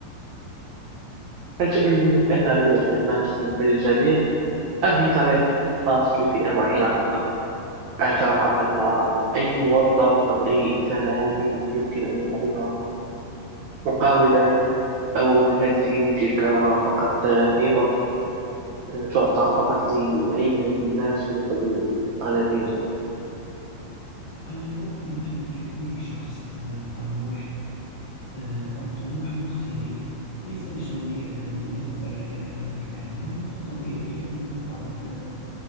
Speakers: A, on the right; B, on the left.
A: هل تؤمنون أن ريادة الأعمال تصلح للجميع أم هي طريق خاص لفئة معينة فقط؟ هل ترى أن أي موظف أو أي إنسان عادي يمكن أن يكون محاولا أو هذه تلك فقط هبة آه، تعطى فقط لعينة من الناس وليس للغالبية
B: أنا أؤمن أن لكل شخص آه، طموح آه، أو طموح مختلف ليس الجميع آه، مناسبا لرياضة الأعمال وهذا طبيعي لأن البعض آه،